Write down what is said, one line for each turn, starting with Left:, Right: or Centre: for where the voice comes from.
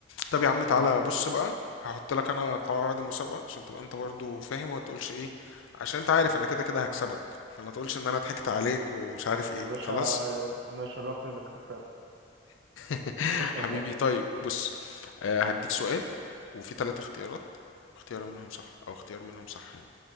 Left: طب يا عم
Right: خلاص
Left: تعالى بص بقى هحط لك انا قواعد المسابقه عشان تبقى انت برضو فاهم وما تقولش ايه عشان انت عارف انا كده كده هكسبك فما تقولش ان انا ضحكت عليك ومش عارف
Right: يا
Left: ايه
Right: باشا
Left: خلاص
Right: أنا يشرفني إنك تكسبني
Left: <laughs>
Right: <laughs>
Left: حبيبي طيب بص آه هديك سؤال وفي ثلاث اختيارات اختيار منهم صح او اختيار منهم صح يعني